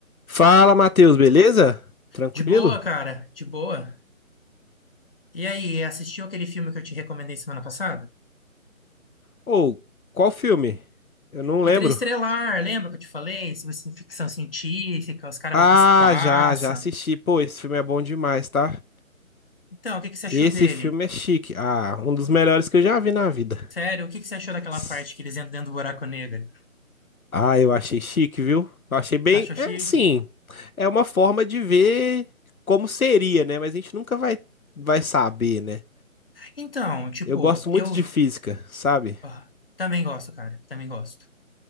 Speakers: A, on the left (about 80°); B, on the left (about 40°).
A: Fala, Matheus, beleza? Tranquilo?
B: De boa, cara, de boa. E aí, assistiu aquele filme que eu te recomendei semana passada?
A: Ou, qual filme? Eu não lembro.
B: Interestelar, lembra que eu te falei sobre ci- ficção científica, os caras
A: Ah,
B: vão pro espaço.
A: já, já assisti. Pô, esse filme é bom demais, tá?
B: Então, o que que você achou
A: Esse
B: dele?
A: filme é chique. Ah, um dos melhores que eu já vi na vida.
B: Sério, o que que você achou daquela
A: S-
B: parte que eles entram dentro do buraco negro?
A: Ah, eu achei chique, viu? Eu achei bem.
B: Achou chique?
A: É, sim. É uma forma de ver como seria, né? Mas a gente nunca vai, vai saber, né?
B: Então, tipo,
A: Eu gosto muito
B: eu
A: de física, sabe?
B: ah, também gosto, cara, também gosto.